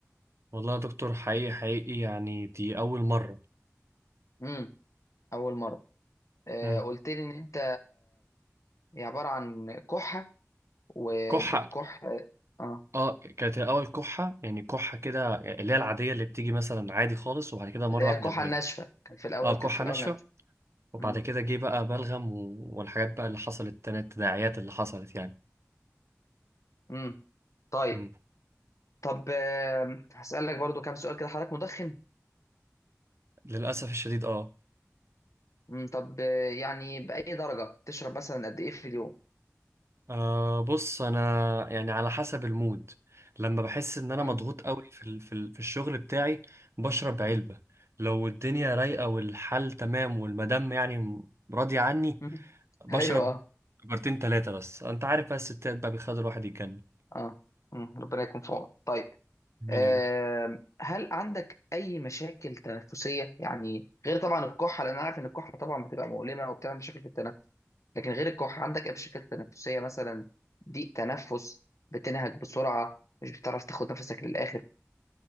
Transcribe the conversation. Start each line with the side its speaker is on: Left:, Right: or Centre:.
Right: والله يا دكتور حقيقي حقيقي يعني دي اول مرة
Left: امم اول مره آه
Right: مم.
Left: قلت لي ان انت هي عباره عن كحه وبتكح
Right: كحة
Left: اه
Right: اه كانت الاول كحه يعني كحه كده اللي هي العاديه اللي بتيجي مثلا عادي خالص وبعد كده مره
Left: اللي هي
Right: واحده
Left: كحه
Right: بقت
Left: ناشفه كان في الاول
Right: اه
Left: كانت
Right: كحه
Left: في الاول
Right: ناشفه
Left: ناشفه
Right: وبعد
Left: مم.
Right: كده جه بقى بلغم و... والحاجات بقى اللي حصلت تاني التداعيات اللي حصلت يعني
Left: مم. طيب
Right: مم.
Left: طب آم، هسألك برضو كام سؤال كده حضرتك مدخن
Right: للاسف الشديد اه
Left: مم. طب آه، يعني بأي درجة تشرب مثلا قد إيه في اليوم
Right: آه بص انا يعني على حسب المود لما بحس ان انا
Left: مم.
Right: مضغوط قوي في ال... في ال... في الشغل بتاعي بشرب علبه لو الدنيا رايقه والحال تمام والمدام يعني راضيه عني
Left: مم. <laughs>
Right: بشرب
Left: أيوه أه
Right: كبرتين تلاتة بس انت عارف بقى الستات بقى بيخلي الواحد يتجنن
Left: أه مم. ربنا يكون في عونك طيب
Right: مين
Left: آم،
Right: يا رب
Left: هل عندك أي مشاكل تنفسية يعني غير طبعا الكحة لأن أنا عارف إن الكحة طبعا بتبقى مؤلمة وبتعمل مشاكل في التنفس لكن غير الكحة عندك أي مشاكل تنفسية مثلا ضيق تنفس بتنهج بسرعة مش بتعرف تاخد نفسك للآخر